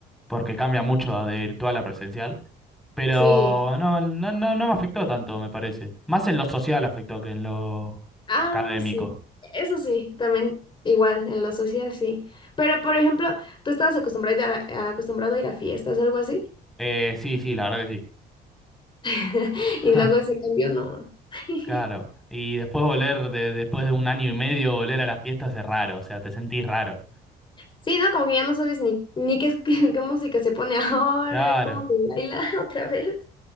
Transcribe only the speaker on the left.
Sí,
ah,
sí. Eso sí, también igual, en lo social sí. Pero, por ejemplo, tú estabas acostumbrado a, acostumbrado a ir a fiestas o algo así,
<laughs>
y luego ese cambio no. <laughs>
Sí, ¿no? Como que ya no sabes ni, ni qué, es- <laughs> qué, música se pone ahora,
cómo se baila <laughs> otra vez.